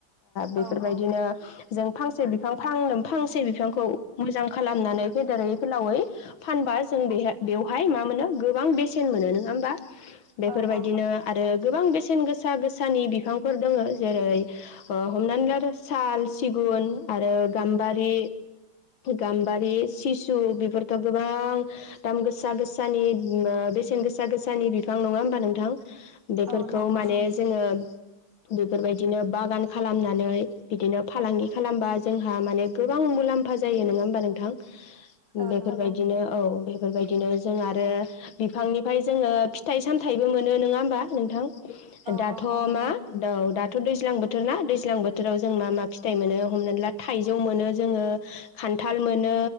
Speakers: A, on the left; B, on the right.
A: बेफोरबायदिनो
B: औ औ
A: जों फांसे बिफां फां फांसे बिफां खौ मोजां खालामनानै फेदेरै फोलावै फानबा जों बे बेवहाय मा मोनो गोबां बेसेन मोनो नङा होमबा बेफोरबाय
B: औ औ
A: बिदिनो आरो गोबां बे सेन गोसा गोसानि बिफांफोर दङ जेरै हमनानै ला साल सिगुन आरो गाम्बारि गाम्बारि सिसु बेफोरथ' गोबां दाम गोसा गोसानि बेसेन गोसा गोसानि बिफां नङा होमबा नोंथां बेफोरखौ
B: औ नंगौ
A: माने
B: नोंथां
A: जोङो बेफोरबायदिनो बागान खालामनानै बिदिनो फालांगि खालामबा जोंहा माने गोबां मुलाम्फा जायो नङा होमबा नोंथां
B: औ
A: बेफोरबायदिनो
B: नंगौ
A: औ बेफोरबायदिनो जों आरो बिफांनिफ्राय जोङो फिथाइ सामथाइबो मोनो नोङा होमबा नोंथां
B: औ
A: दाथ'
B: औ औ मोनो
A: मा औ दाथ' दै दैज्लां बोथोर ना दैज्लां बोथोराव जों मा मा फिथाइ मोनो हमनानै ला थाइजौ मोनो जोङो खान्थाल मोनो